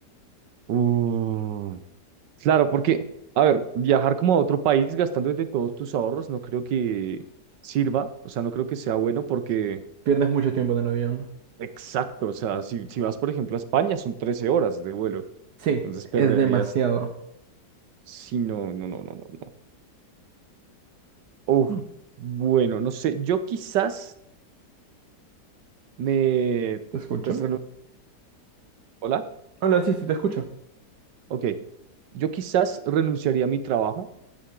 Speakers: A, on the right (about 90°); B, on the right (about 70°).
A: Uh, claro, porque, a ver, viajar como a otro país gastando de todos tus ahorros no creo que sirva, o sea, no creo que sea bueno porque,
B: Pierdes mucho tiempo en el avión.
A: exacto, o sea, si, si vas, por ejemplo, a España son 13 horas de vuelo,
B: Sí,
A: entonces perderías
B: es demasiado.
A: Sí, no, no, no, no, no, no. Uf,
B: Mm.
A: bueno, no sé, yo quizás me,
B: ¿Te escucho?
A: pues, renun- hola,
B: Hola, sí, sí, te escucho.
A: ok, yo quizás renunciaría a mi trabajo,